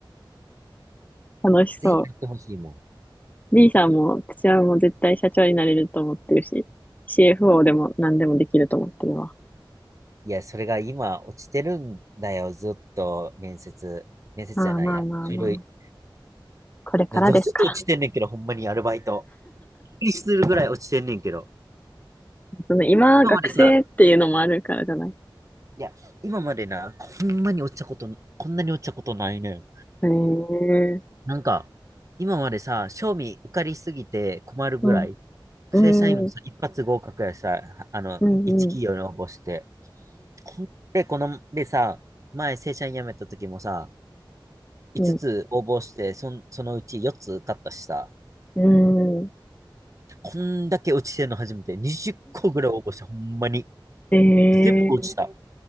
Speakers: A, on the left; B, on the right.
A: 楽しそう。
B: ぜひやってほしいもん。
A: B さんも、私はもう絶対社長になれると思ってるし、CFO でも何でもできると思ってるわ。
B: いや、それが今落ちてるんだよ、ずっと面接。面接じゃないや。
A: まあまあまあまあ。
B: 書類。
A: これからですから。
B: なずっと落ちてんねんけど、ほんまにアルバイト。びっくりするぐらい落ちてんねんけど。
A: その今、
B: 今までさ、
A: 学生っていうのもあるからじゃない。
B: いや、今までな、ほんまに落ちたこと、こんなに落ちたことないねん。
A: へえ。
B: なんか、今までさ、賞味受かりすぎて困るぐらい、
A: うん。うん。
B: 正社員もさ、一発合格やしさ、あの、
A: うん。
B: 一企業に応募して。
A: うん。
B: ほんで、この、でさ、前正社員辞めた時もさ、5つつ応募して、
A: うん。
B: そん、そのうち4つ受かったしさ、
A: うん。
B: こんだけ落ちてんの初めて、20個ぐらい応募して、ほんまに。
A: ええー
B: 全部落ちた。